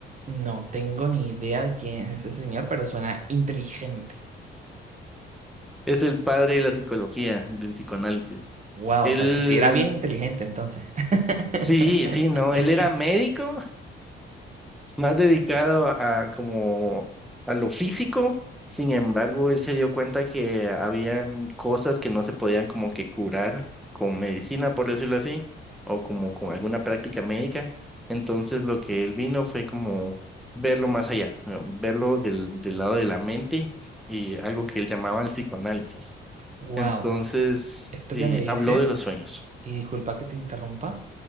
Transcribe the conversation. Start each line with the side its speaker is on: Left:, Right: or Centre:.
Right: No tengo ni idea de quién es ese señor, pero suena inteligente.
Centre: Es el padre de la psicología, del psicoanálisis.
Right: Wow,
Centre: Él,
Right: o sea que sí era bien inteligente entonces. <laughs>
Centre: sí, sí, no, él era médico más dedicado a como a lo físico. Sin embargo, él se dio cuenta que habían cosas que no se podían como que curar con medicina, por decirlo así, o como con alguna práctica médica. Entonces, lo que él vino fue como verlo más allá, eh, verlo del, del lado de la mente y algo que él llamaba el psicoanálisis.
Right: Wow,
Centre: Entonces,
Right: esto
Centre: y
Right: que me dices
Centre: habló de los sueños.
Right: y disculpa que te interrumpa,